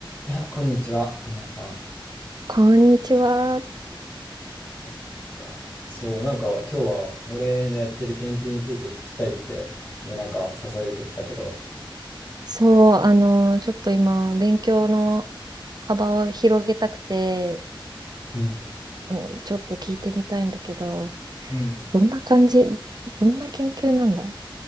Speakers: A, on the left; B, on the right.
A: いや、こんにちは、皆さん。こん
B: こんにちは。
A: にちは。そう、なんか今日は俺のやってる研究について聞きたいって、ね、なんか誘い受けてたけど、
B: そう、あの、ちょっと今、勉強の幅を広げたくて、
A: うん、
B: あの、ちょっと聞いてみたいんだけど、
A: うん、
B: どんな感じ、どんな研究なんだ